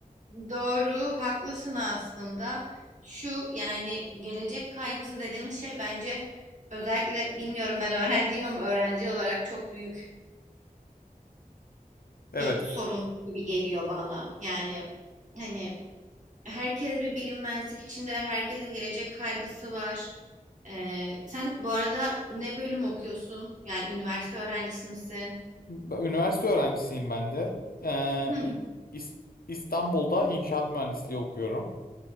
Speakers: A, on the right; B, on the left.
A: Doğru, haklısın aslında. Şu yani gelecek kaygısı dediğimiz şey bence özellikle bilmiyorum ben öğrenciyim ama öğrenci olarak çok büyük
B: Evet,
A: bir sorun gibi geliyor bana. Yani hani herkes bir bilinmezlik içinde, herkesin gelecek kaygısı var. Ee, sen bu arada ne bölüm okuyorsun? Yani üniversite öğrencisi misin?
B: b- üniversite öğrencisiyim ben de. Ee,
A: Hı hı.
B: İ- İs- İstanbul'da inşaat mühendisliği okuyorum.